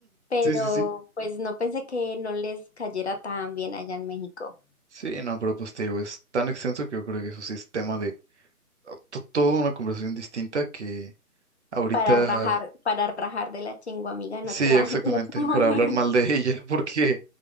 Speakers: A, on the left; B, on the right.
A: pero
B: Sí, sí, sí.
A: pues no pensé que no les cayera tan bien allá en México
B: Sí, no, pero pues te digo, es tan extenso que yo creo que eso sí es tema de to- toda una conversación distinta que ahorita
A: para rajar, para rajar de la chingua amiga en
B: Sí,
A: otro,
B: exactamente,
A: <laughs> en otro momento.
B: para hablar mal de ella, <laughs> porque